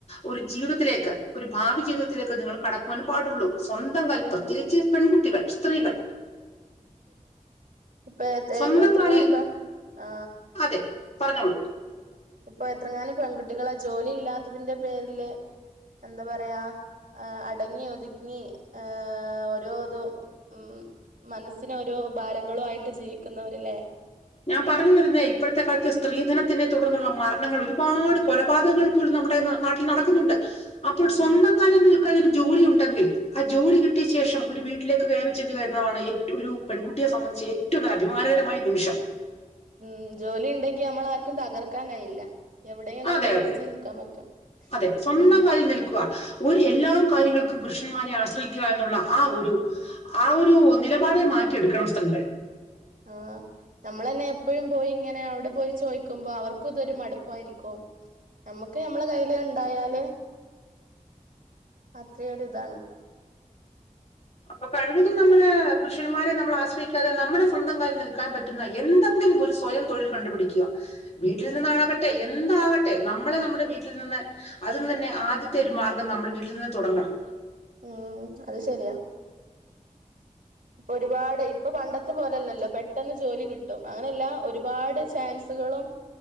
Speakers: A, on the left; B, on the right.
A: ഒരു ജീവിതത്തിലേക്ക് ഒരു ഭാവി ജീവിതത്തിലേക്ക് നിങ്ങൾ കടക്കുവാൻ പാടുള്ളൂ സ്വന്തം കൽ
B: ആ
A: പ്രത്യേകിച്ച് പെൺകുട്ടികൾ സ്ത്രീകൾ
B: ഇപ്പെയെക്കെ
A: സ്വന്തം
B: എത്രങ്ങാനും
A: കാലിൽ
B: ഇപ്പ ആ
A: അതെ പറഞ്ഞോളൂ
B: ഇപ്പൊ എത്രങ്ങാനം പെൺകുട്ടികളാ ജോലി ഇല്ലാത്തതിന്റെ പേരില് എന്താ പറയാ അടങ്ങി ഒതുങ്ങി ഏ ഓരോതും മം മനസ്സിന ഓരോ ഭാരങ്ങളും ആയിട്ട് ജീവിക്കുന്നവരല്ലേ
A: ഞാൻ പറഞ്ഞു വരുന്നേ ഇപ്പോഴത്തെ കാലത്ത് സ്ത്രീധനത്തിനെ തുടർന്നുള്ള മരണങ്ങൾ ഒരുപാട് കൊലപാതകങ്ങൾ പോലും ന നമ്മുടെ നാട്ടിൽ നടക്കുന്നുണ്ട് അപ്പോൾ
B: ഉം
A: സ്വന്തം കാലിൽ നിൽ ക്ക് ജോലി ഉണ്ടെങ്കിൽ ആ ജോലി കിട്ടിയ ശേഷം ഒരു വീട്ടിലേക്ക് കയറിചെന്ന് വരുന്ന വാണ് ഏറ്റ ഒരു പെൺകുട്ടി സംബന്ധിച്ച് ഏറ്റവും നല്ല അഭിമാനകരമായ നിമഷം
B: ഉം ജോലി ണ്ടെങ്കിൽ നമ്മളെ ആർക്കും തകർക്കാൻ കഴിയില്ല. എവിടെയും നമുക്ക്
A: അതെ
B: പിടിച്ചു
A: അതെ
B: നിൽക്കാൻ പറ്റും
A: അതെ സ്വന്തം
B: ഉം
A: കാലിൽ നിൽക്കുവാ ഒരു എല്ലാ കാര്യങ്ങൾക്കും. പുരുഷന്മാരെ ആശ്രയിക്കുക എന്നുള്ള ആ ഒരു ആ ഒരു നിലപാടെ മാറ്റിയെടുക്കണം സ്ത്രീകൾ.
B: ആ നമ്മൾ തന്നെ എപ്പഴും പോയി ഇങ്ങനെ അവിടെ പോയി ചോയ്ക്കുമ്പോ അവർക്കും ഇതൊരു മടുപ്പായിരിക്കും. നമ്മുക്ക് ഞമ്മളെ കയ്യില് ഇണ്ടായാല് അത്രയൊരി ഇതാണ്
A: അപ്പൊ കഴിവതും നമ്മള് പുരുഷന്മാരെ നമ്മൾ ആശ്രയിക്കാതെ നമ്മുടെ സ്വന്തം കാലിൽ നിൽക്കാൻ പറ്റുന്ന എന്തെങ്കിലും ഒരു സ്വയം തൊഴിൽ കണ്ടുപിടിക്കുക വീട്ടിൽ
B: ഉം
A: നിന്നാണാകട്ടെ ഐ എന്താകട്ടെ നമ്മളെ നമ്മുടെ വീട്ടിൽ നിന്ന് അതി തന്നെ ആദ്യത്തെ ഒരു മാർഗം നമ്മൾ വീട്ടിൽ നിന്ന് തുടങ്ങണം
B: ഉം അത് ശരിയാ ഇപ്പൊ ഒരുപാട് ഇപ്പൊ പണ്ടത്തെ പോലല്ലല്ലോ പെട്ടെന്ന് ജോലി കിട്ടും അങ്ങനെയല്ല ഒരുപാട് ചാൻസ് സുകളും